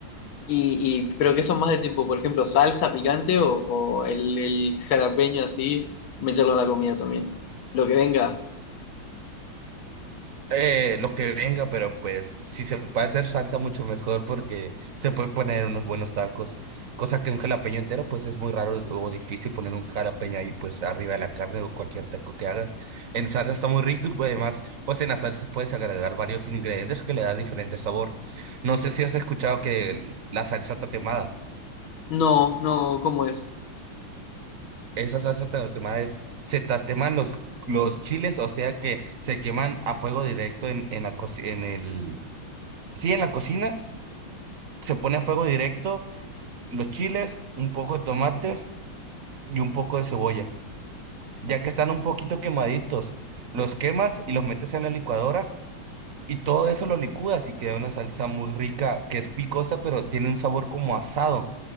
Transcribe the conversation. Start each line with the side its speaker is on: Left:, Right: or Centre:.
Left: Y, y- pero que son más de tipo, por ejemplo, salsa picante o, o el, el jalapeño así, meterlo a la comida también. Lo que venga.
Right: Eh, lo que venga, pero pues si se puede hacer salsa mucho mejor porque se puede poner unos buenos tacos, cosa que un jalapeño entero pues es muy raro o difícil poner un jalapeño ahí pues arriba de la carne o cualquier taco que hagas. En salsa está muy rico y pues, además pues en la salsa puedes agregar varios ingredientes que le da diferente sabor. No sé si has escuchado que el- la salsa tatemada,
Left: No, no, ¿cómo es?
Right: esa salsa tatemada es, se tateman los, los chiles, o sea que se queman a fuego directo en, en la, co- en el... Sí, en la cocina Se pone a fuego directo los chiles, un poco de tomates y un poco de cebolla. Ya que están un poquito quemaditos, los quemas y los metes en la licuadora y todo eso lo licúas y queda una salsa muy rica que es picosa, pero tiene un sabor como asado,